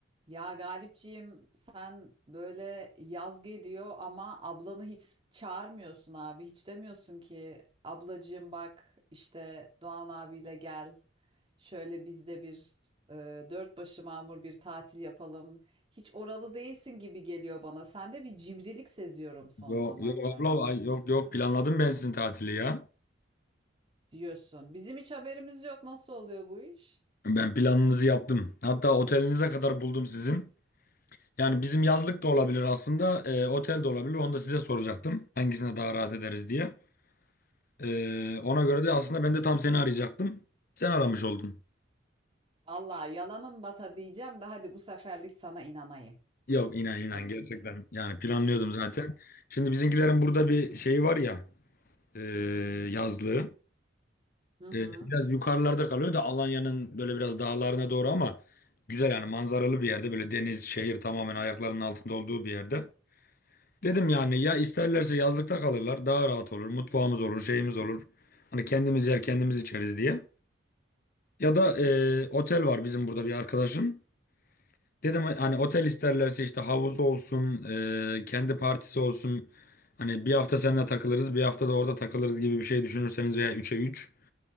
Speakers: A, on the right (about 30°); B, on the left (about 50°).
A: Ya Galipciğim sen böyle yaz geliyor ama ablanı hiç çağırmıyorsun abi. Hiç demiyorsun ki ablacığım bak işte Doğan abiyle gel. Şöyle biz de bir e, dört başı mamur bir tatil yapalım. Hiç oralı değilsin gibi geliyor bana. Sende bir cimrilik seziyorum son
B: Yok
A: zamanlardan
B: yok abla ay- yok yok planladım ben sizin tatili ya.
A: <laughs> diyorsun. Bizim hiç haberimiz yok. Nasıl oluyor bu iş?
B: Ben planınızı yaptım. Hatta otelinize kadar buldum sizin. Yani bizim yazlık da olabilir aslında, e, otel de olabilir. Onu da size soracaktım. Hangisine daha rahat ederiz diye. E,
A: Vallahi
B: ona göre de aslında ben de tam seni arayacaktım. Sen aramış oldun.
A: Vallahi yalanın bata diyeceğim de hadi bu seferlik sana inanayım.
B: Yok inan inan
A: Hadi
B: gerçekten.
A: bu sefer.
B: Yani planlıyordum
A: Bu,
B: zaten.
A: bu sefer.
B: Şimdi bizimkilerin burada bir şeyi var ya, e, yazlığı.
A: Hı hı.
B: Ee, biraz yukarılarda kalıyor da Alanya'nın böyle biraz dağlarına doğru ama güzel yani manzaralı bir yerde böyle deniz, şehir tamamen ayaklarının altında olduğu bir yerde. Dedim yani ya isterlerse yazlıkta kalırlar daha rahat olur mutfağımız olur şeyimiz olur hani kendimiz yer kendimiz içeriz diye. Ya da e, otel var bizim burada bir arkadaşın. Dedim hani otel isterlerse işte havuz olsun e, kendi partisi olsun hani bir hafta seninle takılırız bir hafta da orada takılırız gibi bir şey düşünürseniz veya 3'e 3